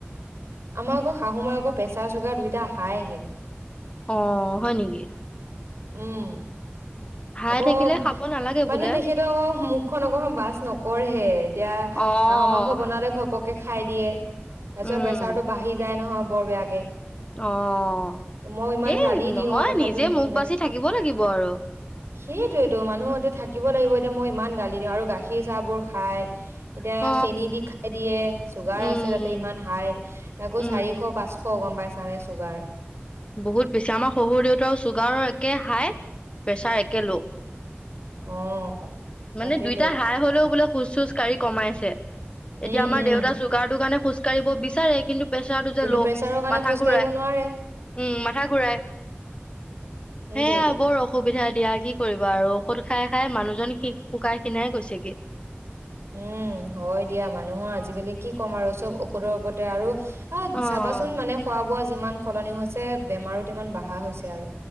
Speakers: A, on the right (about 85°); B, on the left (about 25°).
A: আমাৰ আকৌ শাহু মাৰ আকৌ প্ৰেছাৰ চুগাৰ দুইটা হাইহে
B: অ হয় নেকি
A: উম
B: হাই
A: আকৌ
B: থাকিলে খাব নালাগে
A: মানে
B: বোলে।
A: তেখেতে অক মুখখন অক বাছ নকঢ়ে এতিয়া
B: অ'।
A: হাঁহৰ মাংস বনালে ঘপক কে খাই দিয়ে তাৰ
B: উম,
A: পিছত প্ৰেচাৰটো বাঢ়ি যায় নহয় বৰ বেয়াকে
B: অ'।
A: মই ইমান
B: এই
A: গালি
B: নহয়
A: দিওঁ তথাপিও
B: নিজে
A: নু
B: মুখ
A: শুনে
B: বাচি থাকিব লাগিব আৰু
A: সেইটোৱেটো মানুহ এতিয়া থাকিব লাগিব। এতিয়া মই ইমান গালি দিওঁ আৰু গাখীৰ চাহ বোৰ খাই এতিয়া
B: অ
A: চেনি দি খাই দিয়ে চুগাৰ
B: উম
A: আছে তাতে ইমান হাই তাকো
B: উম
A: চাৰিশ পাঁচশ গম পাইছ ছানে ছুগাৰ
B: বহুত বেছি আমাৰ শহুৰ দেউতাৰো ছুগাৰৰ একে হাই প্ৰেছাৰ একে ল'
A: অ
B: মানে
A: তাকেইতো
B: দুইটা হাই হ'লেও বোলে খোজ চোজ কাঢ়ি কমাইছে এতিয়া
A: উম
B: আমাৰ
A: উম
B: দেউতা চুগাৰটোৰ কাৰণে খোজ কঢ়িব বিচাৰে কিন্তু প্ৰেচাৰটো যে
A: কিন্তু
B: ল'
A: প্ৰেছাৰৰ কাৰণে
B: মাথা
A: খোজ
B: ঘূৰাই
A: কাঢ়িব নোৱাৰে
B: উম মাথা ঘূৰাই
A: সেইটোয়েতো
B: সেয়া বৰ অসুবিধা দিয়া কি কৰিবা আৰু ঔষধ খাই খাই মানুহজন খি শুকাই খিনাই গৈছেগে
A: উম, হয় দিয়া মানুহৰ আজিকালি কি ক'ম আৰু চব ঔষধৰ ওপতে আৰু আহ
B: অ
A: চাবাচোন মানে খোৱা বোৱা। যিমান সলনি হৈছে বেমাৰো তিমান বাঢ়া হৈছে আৰু